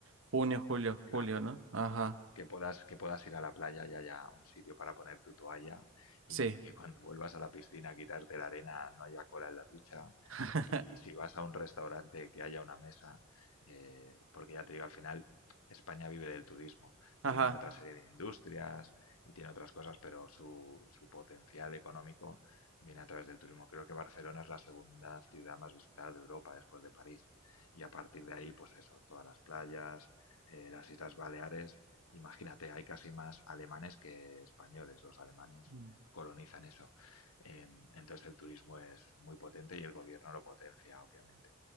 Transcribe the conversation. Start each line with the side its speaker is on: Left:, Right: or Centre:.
Right: junio, julio,
Left: Claro.
Right: julio, ¿no? Ajá,
Left: que puedas, que puedas ir a la playa y haya un sitio para poner tu toalla y
Right: sí.
Left: que cuando vuelvas a la piscina a quitarte la arena no haya cola en la ducha
Right: <laughs>
Left: y si vas a un restaurante que haya una mesa, eh, porque ya te digo, al final España vive del turismo,
Right: Ajá.
Left: tiene otra serie de industrias y tiene otras cosas, pero su, su potencial económico viene a través del turismo. Creo que Barcelona es la segunda ciudad más visitada de Europa después de París y a partir de ahí, pues eso, todas las playas, eh, las Islas Baleares Imagínate, hay casi más alemanes que españoles. Los alemanes
Right: Mm.
Left: colonizan eso. Eh, entonces el turismo es muy potente y el gobierno lo potencia, obviamente.